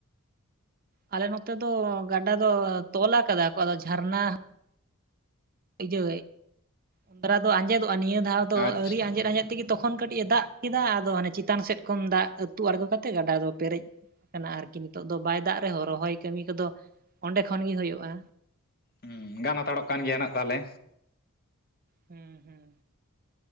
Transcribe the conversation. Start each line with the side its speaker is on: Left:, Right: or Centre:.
Right: ᱟᱞᱮ ᱱᱚᱛᱮ ᱫᱚ ᱜᱟᱰᱟ ᱫᱚ ᱛᱚᱞ ᱟᱠᱟᱫᱟ ᱠᱚ ᱟᱫᱚ ᱡᱷᱟᱨᱱᱟ ᱤᱡᱟᱹ ᱩᱱᱫᱟᱨᱟ ᱫᱚ ᱟᱸᱡᱮᱫᱚᱜᱼᱟ ᱱᱤᱭᱟᱹ ᱫᱷᱟᱣ ᱫᱚ
Left: ᱟᱪᱪᱷᱟ
Right: ᱟᱹᱣᱨᱤ ᱟᱸᱡᱮᱫ ᱟᱸᱡᱮᱫ ᱛᱮᱜᱮ ᱛᱚᱠᱷᱚᱱ ᱠᱟᱹᱴᱤᱡ ᱮ ᱫᱟᱜ ᱠᱮᱫᱟ ᱟᱫᱚ ᱦᱟᱱᱮ ᱪᱮᱛᱟᱱ ᱥᱮᱫ ᱠᱷᱚᱱ ᱫᱟᱜ ᱟᱹᱛᱩ ᱟᱬᱜᱚ ᱠᱟᱛᱮᱜ ᱜᱟᱰᱟ ᱫᱚ ᱯᱮᱨᱮᱡ ᱠᱟᱱᱟ ᱟᱨᱠᱤ ᱱᱤᱛᱚᱜ ᱫᱚ ᱵᱟᱭ ᱫᱟᱜ ᱨᱮᱦᱚᱸ ᱨᱚᱦᱚᱭ ᱠᱟᱹᱢᱤ ᱠᱚᱫᱚ ᱚᱸᱰᱮ ᱠᱷᱚᱱ ᱜᱮ ᱦᱩᱭᱩᱜᱼᱟ
Left: ᱦᱩᱸ ᱜᱟᱱ ᱦᱟᱛᱟᱲᱚᱜ ᱠᱟᱱ ᱜᱮᱭᱟ ᱱᱟᱜ ᱛᱟᱦᱚᱞᱮ
Right: ᱦᱩᱸ ᱦᱩᱸ